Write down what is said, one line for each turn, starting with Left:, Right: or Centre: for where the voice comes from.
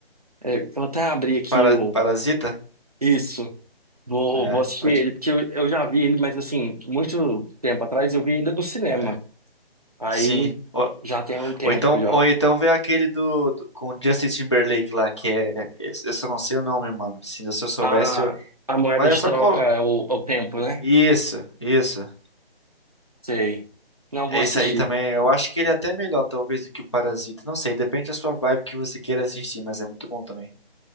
Right: é, vou até abrir aqui
Left: Para,
Right: o.
Left: Parasita?
Right: Isso. Vou,
Left: É,
Right: vou assistir
Left: pode.
Right: ele, porque eu, eu já vi ele, mas assim, muito tempo atrás eu vi ele no cinema.
Left: É.
Right: Aí
Left: Sim. Ó,
Right: já tem um tempo
Left: Ou então,
Right: já.
Left: ou então vê aquele do, do- com o Justin Timberlake lá, que é. Esse, eu só não sei o nome, mano. Se, se eu soubesse,
Right: A,
Left: eu.
Right: a moeda
Left: Mas
Right: de
Left: é só
Right: troca
Left: colo...
Right: é o, é o tempo, né?
Left: Isso, isso.
Right: Sei. Não vou
Left: Esse
Right: assistir.
Left: aí também, eu acho que ele é até melhor, talvez, do que o Parasita. Não sei, depende da sua vibe que você queira assistir, mas é muito bom também.